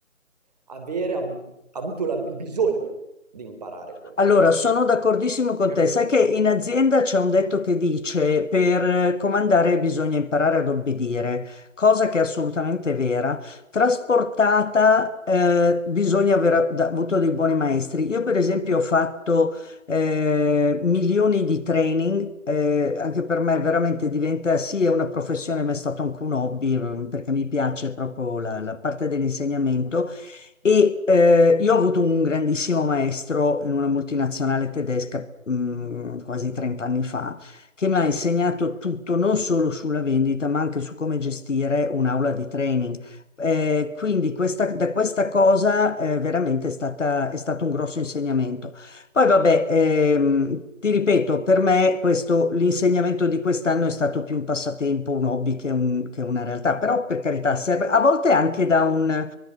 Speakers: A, on the right; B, on the left.
A: avere av- avuto la- il bisogno di imparare quelle
B: allora
A: cose.
B: sono d'accordissimo
A: Ok.
B: con
A: Hai capito?
B: te. Sai che in azienda c'è un detto che dice per eh, comandare bisogna imparare ad obbedire, cosa che è assolutamente vera. Trasportata, eh, bisogna aver a- da- avuto dei buoni maestri. Io, per esempio, ho fatto eh, milioni di training, eh, anche per me veramente diventa sì, è una professione, ma è stato anche un hobby, eh, perché mi piace proprio la la parte dell'insegnamento. E eh, io ho avuto un grandissimo maestro in una multinazionale tedesca mh, quasi 30 anni fa, che mi ha insegnato tutto, non solo sulla vendita, ma anche su come gestire un'aula di training. Eh, quindi questa, da questa cosa eh, veramente è stata- è stato un grosso insegnamento. Poi vabbè, ehm, ti ripeto, per me questo- l'insegnamento di quest'anno è stato più un passatempo, un hobby che, un- che una realtà, però per carità serve, a volte anche da un,